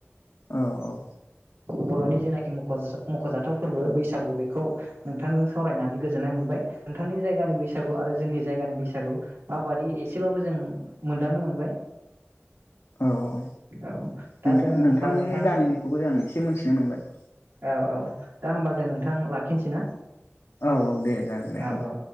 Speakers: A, on the left; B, on the right.
A: औ औ
B: बर'नि जेनाखि म'ख मख'जाथाव फोरबो बैसागु बेखौ नोंथांजों सावरायनानै गोजोननाय मोनबाय नोंथांनि जायगानि बैसागु आरो जोंनि जायगानि बैसागु माबादि एसेबाबो जों मोनदांनो मोनबाय
A: औ औ
B: औ दा
A: नोंथां
B: जों होनबा
A: नोंथांनि
B: नोंथां
A: गामिनिखौबो जों एसे मोनथिनो मोनबाय
B: औ औ दा होमबा जों नोंथां लाखिनोसै ना
A: औ औ दे जागोन दे
B: औ औ